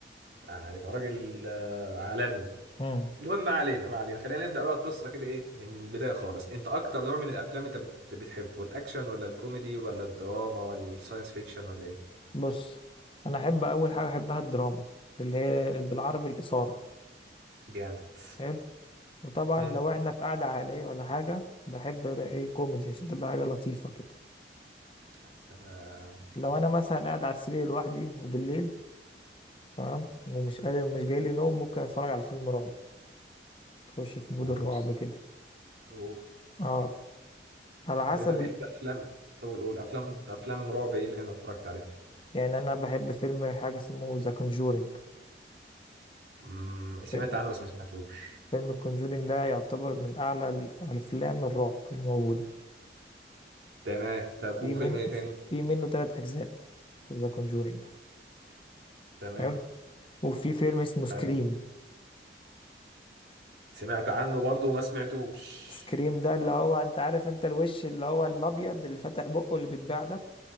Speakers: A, on the right; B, on the left.
A: يعني فراجل آه، عالمي
B: مم.
A: المهم ما علينا ما علينا خلينا نبدا بقى القصه كده ايه من البدايه خالص انت اكتر نوع من الافلام انت بت... بتحبه الاكشن ولا الكوميدي ولا الدراما ولا الساينس فيكشن ولا ايه
B: بص انا احب اول حاجه احبها الدراما اللي هي بالعربي الاثاره
A: جامد
B: حلو وطبعا
A: امم
B: لو احنا في قعده عائليه ولا حاجه بحب ده ايه كوميدي عشان تبقى حاجه لطيفه كده
A: يا سلام
B: لو انا مثلا قاعد على السرير لوحدي وبالليل تمام ومش قادر مش جاي لي نوم ممكن اتفرج على فيلم رعب تخش في مود
A: اوبس
B: الرعب كده
A: اوبس.
B: اه على
A: طب
B: حسب
A: انت بتحب
B: ال...
A: الافلام قول قول افلام افلام رعب ايه اللي انت اتفرجت عليها
B: يعني انا بحب فيلم حاجه اسمه ذا كونجورينج
A: امم سمعت
B: فيلم
A: عنه بس ما سمعتوش
B: فيلم كونجورينج ده يعتبر من اعلى ال- الافلام الرعب اللي موجوده
A: تمام طب
B: في
A: وفيلم
B: من
A: ايه تاني
B: في منه ثلاث اجزاء ذا كونجورينج ده
A: تمام
B: حلو وفي فيلم اسمه سكريم
A: حلو سمعت عنه برضو وما سمعتوش
B: سكريم ده اللي هو انت عارف انت الوش اللي هو الابيض اللي فاتح بقه اللي بيتباع ده